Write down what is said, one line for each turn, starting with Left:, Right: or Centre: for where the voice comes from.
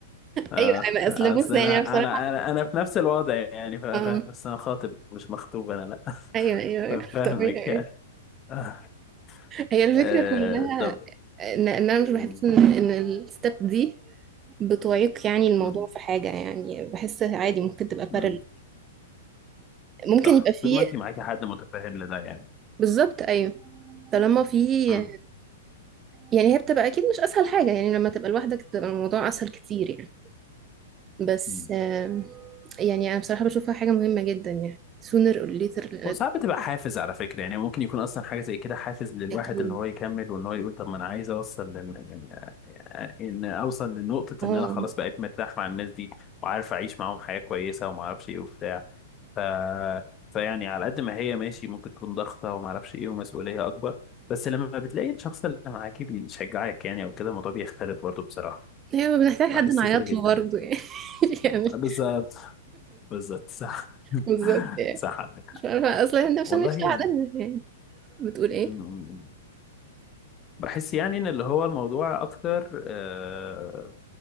Left: اه
Right: ايوه انا اصل
Left: اصل
Right: بص يعني
Left: انا انا
Right: أنا بصراحة
Left: انا انا في نفس الوضع يعني فا-
Right: اه
Left: فاهم بس انا خاطب مش مخطوب انا لا
Right: ايوه ايوه أيوة.
Left: <laughs> فاهمك
Right: <laughs> طبيعي
Left: يعني آه.
Right: هي الفكرة
Left: آه.
Right: كلها
Left: طب
Right: ان إن انا مش بحس
Left: مم.
Right: ان ان الستep دي بتعيق يعني الموضوع
Left: مم.
Right: في حاجة يعني بحس عادي ممكن تبقى
Left: مم.
Right: بارل ممكن
Left: صح
Right: يبقى فيه
Left: طول ما انت معاكي حد متفاهم لده يعني
Right: بالظبط أيوه طالما فيه
Left: مم.
Right: يعني هي بتبقى أكيد مش أسهل حاجة يعني لما تبقى لوحدك بتبقى الموضوع أسهل كتير يعني بس
Left: مم.
Right: آم، يعني أنا بصراحة بشوفها حاجة مهمة جدا يعني sooner or later لازم
Left: وساعات بتبقى حافز على فكرة يعني ممكن يكون أصلا حاجة زي كده حافز للواحد
Right: أكيد
Left: إن هو يكمل وإن هو يقول طب ما أنا عايز أوصل لل... يعني آه، إن أوصل لنقطة
Right: اه
Left: إن أنا خلاص بقيت مرتاح مع الناس دي وعارف أعيش معاهم حياة كويسة وما أعرفش إيه وبتاع ف... فيعني على قد ما هي ماشي ممكن تكون ضغطة وما اعرفش ايه ومسؤولية اكبر بس لما بتلاقي الشخص اللي معاك بيشجعك يعني او كده الموضوع بيختلف برضه بصراحة
Right: هي بنحتاج
Left: بحس
Right: حد نعيط
Left: كده جدا
Right: له برضه يعني <laughs> يعني
Left: بالظبط بالظبط صح
Right: بالظبط
Left: <laughs>
Right: يعني
Left: صح عندك حق
Right: مش عارفة أصلا احنا عشان
Left: والله
Right: مش
Left: يعني
Right: لوحدنا يعني بتقول ايه؟
Left: م- م- م. بحس يعني ان اللي هو الموضوع اكتر آه،